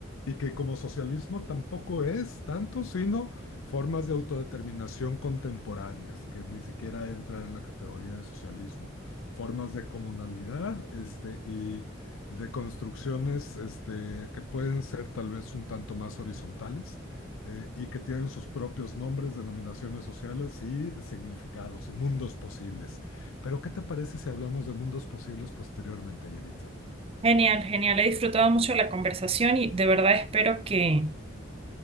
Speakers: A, on the left; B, on the right.
A: y que como socialismo tampoco es tanto, sino formas de autodeterminación contemporáneas, que ni siquiera entran en la categoría de socialismo, formas de comunalidad, este, y de construcciones, este, que pueden ser tal vez un tanto más horizontales. eh, y que tienen sus propios nombres, denominaciones sociales y significados y mundos posibles. Pero, ¿qué te parece si hablamos de mundos posibles posteriormente, Yelitza?
B: Genial, genial. He disfrutado mucho la conversación y de verdad espero que